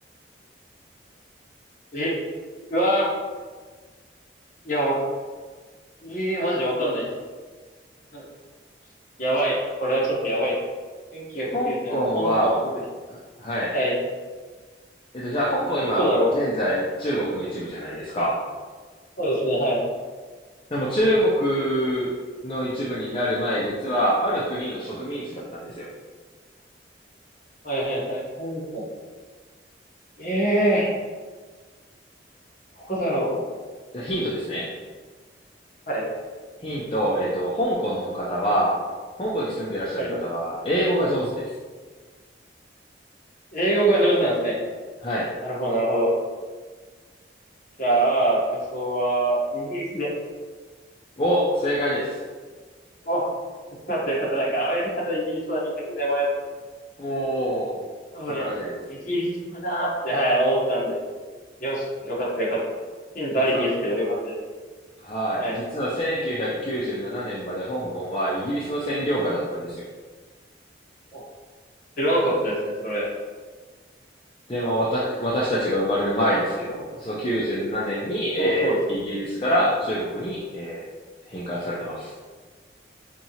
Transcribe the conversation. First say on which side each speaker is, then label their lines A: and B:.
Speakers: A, on the left; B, on the left.
A: え、うわいや、わ、えー、マジわかんないです。なやばい。これはちょっとやばいです。1997年、
B: う香港は、
A: 香港はどこに
B: はい。
A: はい。
B: えっと、じゃあ、香港今、
A: えどこだろう
B: 現在中国の一部じゃないですか。
A: そうですね、はい。
B: でも中国の一部になる前、実はある国の植民地だったんですよ。
A: はいはいはい。香港。ええー、どこだろ
B: じゃあヒントですね。
A: うはい。
B: ヒント、えっと、香港の方は、香港に住んでいらっしゃる方は、
A: はい。
B: 英語が上手です。
A: 英語が上手なんですね。
B: はい。
A: なるほど、なるほど。じゃあ、予想は、イギリスで。
B: お、正解です。
A: お、よかったよかった。なんか、アメリカとイギリスは2択で迷って。
B: おー、
A: 多分、
B: 素晴らしいです。
A: イギリスかなーって、はい、思ったんで。よし、よかったよかった。ヒントありきですけど、
B: 実は、
A: よかったです。
B: はい。
A: はい。
B: 実は1997年まで香港はイギリスの占領下だったんですよ。
A: お、知らなかったですね、それ。
B: で、まあ、わた私たちが生まれる前ですけど、そう97年に、えーイギリスから中国に、
A: そう、そうですね。はい。
B: えー返還されてます。